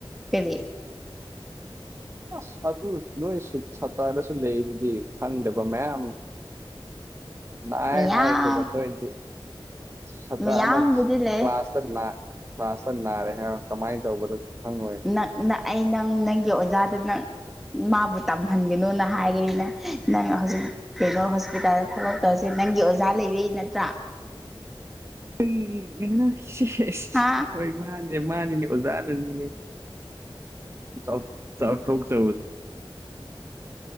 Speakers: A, in the centre; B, on the right.
A: ꯀꯔꯤ
B: ꯑꯁ ꯑꯗꯨ ꯅꯣꯏ ꯁꯨꯠ ꯁꯠꯇꯔꯗꯁꯨ ꯂꯩꯗꯨꯗꯤ ꯈꯪꯗꯕ ꯃꯌꯥꯝ ꯅꯥꯏ
A: ꯃꯌꯥꯝ
B: ꯍꯥꯏꯔꯖꯕꯟ ꯅꯣꯏꯗꯤ ꯁꯥꯇ꯭ꯔ
A: ꯃꯌꯥꯝꯕꯨꯗꯤ
B: ꯑꯃ
A: ꯂꯩ
B: ꯀ꯭ꯂꯥꯁ <unintelligible> ꯇ ꯅꯥꯔꯦ ꯍꯥꯏ ꯀꯃꯥꯏꯅ ꯇꯧꯕꯗꯁꯨ ꯈꯪꯉꯣꯏ
A: <unintelligible> ꯅꯪ ꯑꯩ ꯅꯪ ꯅꯪꯒꯤ ꯑꯣꯖꯥꯗ ꯅꯪ ꯃꯥꯕꯨ ꯇꯝꯍꯟꯒꯅꯨꯅ ꯍꯥꯏꯒꯅꯤꯅ ꯅꯪ ꯍꯧꯖꯤꯛ ꯀꯩꯅꯣ ꯍꯣꯁꯄꯤꯇꯥꯜꯗ ꯊꯕꯛ ꯇꯧꯁꯦ ꯅꯪꯒꯤ ꯑꯣꯖꯥ ꯂꯩꯕꯩ ꯅꯠꯇ꯭ꯔꯥ
B: ꯑꯩ <unintelligible>
A: ꯍꯥ
B: ꯍꯣꯏ ꯃꯥꯅꯦ ꯃꯥꯅꯤꯅꯦ ꯑꯣꯖꯥꯅꯅꯤꯅꯦ ꯆ ꯆꯊꯣꯛ <unintelligible>